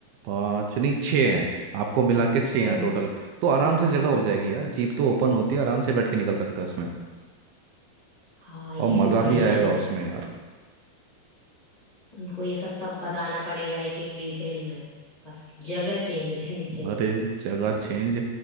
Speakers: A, on the right (about 80°); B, on the left (about 25°).
A: पाँच नहीं छः हैं आपको मिला के छः
B: हम्म
A: हैं टोटल तो आराम से जगह हो जाएगी
B: हम्म
A: यार जीप तो ओपन होती है आराम से बैठ के निकल सकते हैं उसमें
B: हाँ ये
A: और मज़ा
B: भी बढ़िया
A: भी आएगा
B: है
A: उसमें यार
B: उनको ये सब सब बताना पड़ेगा एक एक डिटेल में बस जगह चेंज रहनी चाहिए
A: अरे जगह चेंज